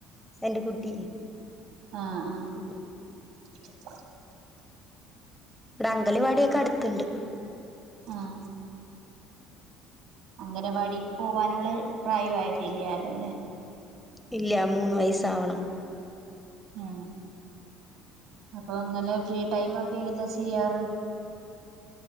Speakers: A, in the centre; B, on the right.
A: എന്റെ കുട്ടി
B: ആഹ
A: ഉ
B: <unintelligible>
A: ഇവിടെ അംഗലവാടിയൊക്കെ അടുത്ത്ണ്ട്
B: ആഹ അംഗനവാടിക്ക് പോവാനുള്ള പ്രായയിട്ട് കട്ടല്ലാലോ അല്ലെ
A: ഇല്ല മൂന്ന് വയസ്സാവണം
B: ആ അപ്പൊ ഇങ്ങനെ ഫ്രീ ടൈമൊക്കെ എന്താ ചെയ്യാറ്